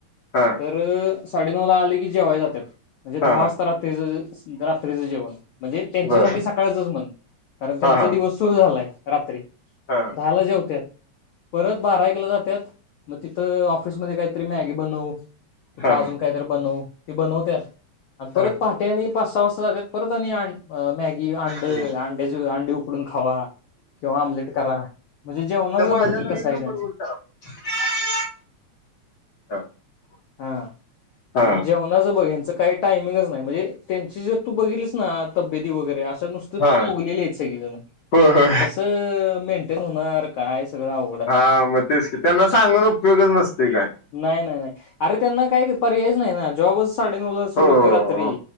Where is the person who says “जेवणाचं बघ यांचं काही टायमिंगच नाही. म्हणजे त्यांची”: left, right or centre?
Left